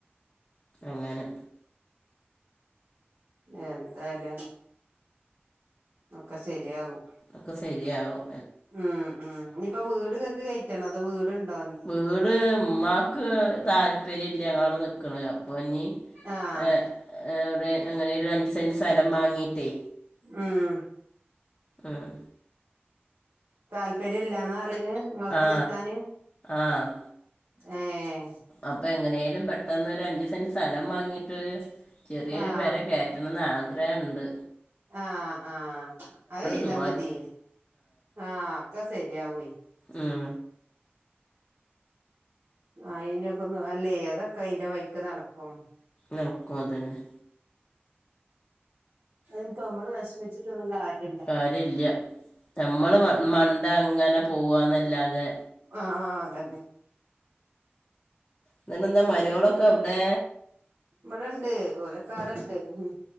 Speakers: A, on the left; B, on the right.
A: അങ്ങനെ
B: എന്താല്ലേ ഒക്കെ സെരിയാ വും
A: ഒക്കെ സെരിയാ വും
B: ഉം ഉം ഇനിപ്പ വീട് ഇങ്ങക്ക് കയറ്റണോ അതോ വീട്ണ്ടോ
A: വീട് ഇമ്മാക്ക് താല്പര്യല്ല ഞങ്ങളടെനിക്കണ അപ്പൊ ഇനി
B: ആഹ്
A: ഏഹ് എവിടെ എങ്ങനെ ലും അഞ്ചുസെന്റ് സെലം മാങ്ങീട്ടേ
B: ഉംഹ്
A: ആഹ്
B: താല്പര്യല്ലാന്നറിന് നിങ്ങളൊപ്പനിക്കാന്
A: ആ ആ
B: ഏഹ്
A: അപ്പോ എങ്ങനേലും പെട്ടെന്നൊരു അഞ്ച് സെന്റ് സെലം വാങ്ങിയിട്ട് ചെറിയൊരു
B: ആഹ്
A: പെരകേറ്റ ണന്ന് ആഗ്രഹണ്ട്
B: ആഹ് ആഹ് അഹ്യ്
A: ദുവാ
B: തമതി
A: ചെയ്യ്.
B: ആഹ് ക്കസെറിയാവേ
A: ഉംഹ്
B: ആഹ് അയിനൊക്കെ അല്ലേ അതൊക്കെ അയിന്റെ വൈയിക്ക് നടക്കും
A: നടക്കുഅതന്നെ
B: അതനിപ്പ അമ്മള് വെഷമിച്ചിട്ടൊന്നുകാര്യല്ല
A: കാര്യല്ല നമ്മള് മ മണ്ട അങ്ങനെ പോവന്നല്ലാതെ
B: ആഹ് അതന്നെ
A: പിന്നന്താ മരുയോളൊക്കെ എവിടെ
B: ഇബിടെണ്ട് ഓലക്കാടണ്ട് ഉം